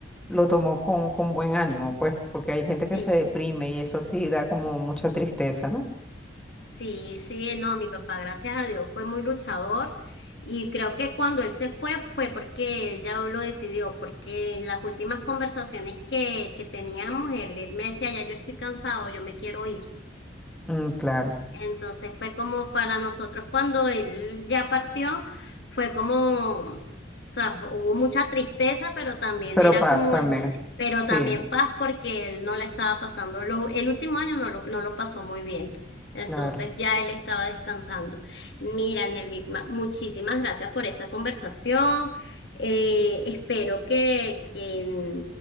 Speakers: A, in the centre; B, on the left.
A: lo tomó con, con buen ánimo, pues, porque hay gente que
B: sí,
A: se deprime y eso sí da como mucha tristeza, ¿no?
B: sí, sí, no, mi papá, gracias a Dios, fue muy luchador y creo que cuando él se fue fue porque él ya lo decidió, porque en las últimas conversaciones que, que teníamos, él, él me decía, ya yo estoy cansado, yo me quiero ir.
A: Mm, claro,
B: Entonces fue como para nosotros cuando él ya partió, fue como, o sea, hubo mucha tristeza, pero también
A: pero
B: era
A: paz
B: como
A: también.
B: el, pero
A: Sí,
B: también paz porque él no la estaba pasando, lo- el último año no lo, no lo pasó muy bien. Entonces
A: claro.
B: ya él estaba descansando. Mira, Nelvigma, muchísimas gracias por esta conversación. Eh, espero que, que,